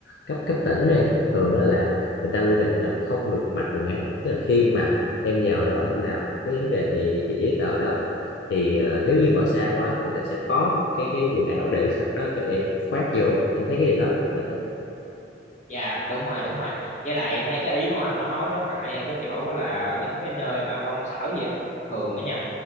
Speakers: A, on the left; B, on the left.
A: cấp cấp tỉnh này thường là người ta quy định là không được mặc quần ngắn tức là khi mà em vào đó em làm cái vấn đề về giấy tờ đó thì ờ, nếu như mở xa quá thì người ta sẽ có một cái cái quần áo để sẵn đó cho em khoác vô anh thấy cái điều đó cũng rất là hay
B: dạ đúng rồi đúng rồi với lại em thấy cái ý của anh nó nói rất là hay ở cái chỗ đó là ở những cái nơi mà công sở vậy á, thường á nha